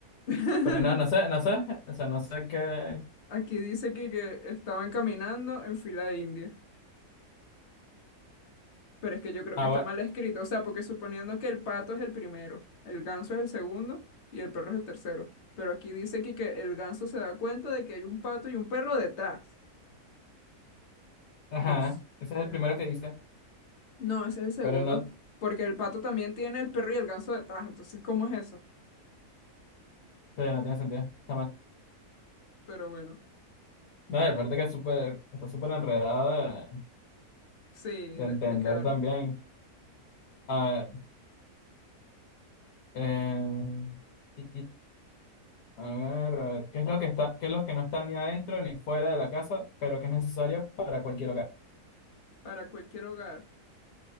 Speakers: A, on the left; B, on the left.
A: <laughs>
B: Pero no, no sé, no sé, o sea, no sé qué.
A: Aquí dice que, que estaban caminando en fila india, pero es que yo creo
B: Ah,
A: que está
B: bueno,
A: mal escrito, o sea, porque suponiendo que el pato es el primero, el ganso es el segundo y el perro es el tercero, pero aquí dice que, que el ganso se da cuenta de que hay un pato y un perro detrás.
B: ajá,
A: No, s-
B: ese es
A: eh,
B: el primero que dice,
A: no, ese es el segundo,
B: pero no, sí,
A: porque el pato también tiene el perro y el ganso detrás, entonces, ¿cómo es eso?
B: no tiene sentido, está mal.
A: Pero bueno,
B: No, y aparte que es súper, está súper enredado de,
A: sí,
B: de
A: de
B: entender
A: explicar
B: también. A ver, eh, mm, mm, a ver, a ver, ¿qué es lo que está, qué es lo que no está ni adentro ni fuera de la casa, pero que es necesario para cualquier hogar?
A: para cualquier hogar,